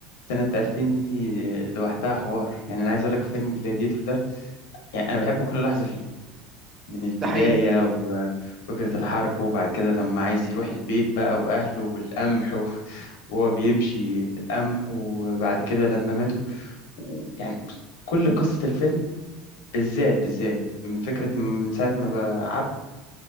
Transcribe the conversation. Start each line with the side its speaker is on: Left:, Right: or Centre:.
Left: سنة 2000 دي لوحدها حوار يعني انا عايز اقول لك فيلم جلاديتور ده يعني انا بحب كل لحظة فيه من البداية
Right: <laughs> ده حقيقي
Left: وفكرة الحرب وبعد كده لما عايز يروح البيت بقى واهله والقمح <laughs> وهو بيمشي في القمح وبعد كده لما ماتوا يعني كل قصة الفيلم بالذات بالذات من فكرة من ساعة ما بقى عبد